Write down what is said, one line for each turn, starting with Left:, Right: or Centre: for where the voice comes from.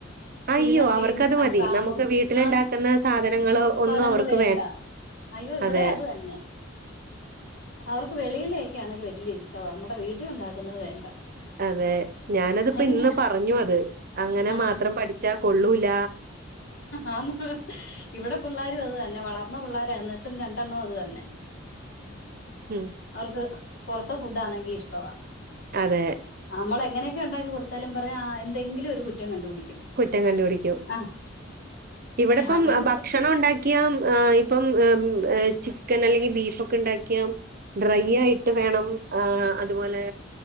Left: കുഴിമന്തിയും
Right: അയ്യോ! അവർക്കത്
Left: അൽഫാമും
Right: മതി. നമുക്ക് വീട്ടിലുണ്ടാക്കുന്ന
Left: ആണ്
Right: സാധനങ്ങളോ ഒന്നും
Left: സാധനങ്ങള്
Right: അവർക്ക്
Left: വേണ്ട അയ്യോ ഇവിടെയും
Right: അതെ,
Left: അത് തന്നെ അവർക്ക് വെളിയിന്ന് കഴിക്കാനൊക്കെ വല്യ ഇഷ്ടവാ നമ്മടെ വീട്ടിൽ ഉണ്ടാക്കുന്നത് വേണ്ട
Right: അതെ ഞാനതിപ്പോ
Left: അതിന്
Right: ഇന്ന്
Left: ഞാൻ
Right: പറഞ്ഞു അത് അങ്ങനെ
Left: ആ
Right: മാത്രം പഠിച്ചാ കൊള്ളൂല്ല
Left: ആന്ന് ഇവിടെ പിള്ളാരും അത് തന്നെ വളർന്ന പിള്ളാരാ എന്നിട്ടും രണ്ടെണ്ണവും അത് തന്നെ
Right: ഉം.
Left: അവർക്ക് പുറത്തെ ഫുഡാണെങ്കി ഇഷ്ടവാ
Right: അതെ
Left: നമ്മള് എങ്ങനെയൊക്കെ ഉണ്ടാക്കി കൊടുത്താലും പറയും ആ എന്തെങ്കിലും ഒരു കുറ്റം കണ്ടുപിടിക്കും
Right: കുറ്റം കണ്ട് പിടിക്കും
Left: ആ
Right: ഇവിടിപ്പം
Left: അങ്ങനെ കുറ്റം
Right: ഭക്ഷണം ഉണ്ടാക്കിയാ ആ ഇപ്പം ചി ക്കൻ അല്ലെങ്കിൽ ബീഫൊക്കെ ഉണ്ടാക്കിയാ ഡ്രൈ ആയിട്ട് വേണം ആ അതുപോലെ